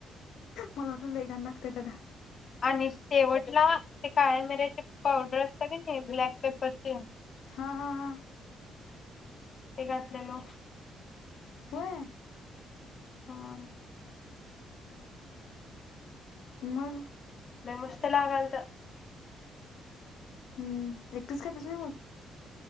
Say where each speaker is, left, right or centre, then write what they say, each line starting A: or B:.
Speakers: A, on the left; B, on the left.
A: मला वाटंल लय घाण लागत्या का काय?
B: आणि शेवटला ते काळ्या मिर्याचे पावडर असत का नाही ब्लॅक पेपरची
A: हा हा हा
B: हे घातलेल
A: होय
B: हा
A: मग
B: लय मस्त लागालत.
A: हम्म, एकटीच खातीस व्हय मग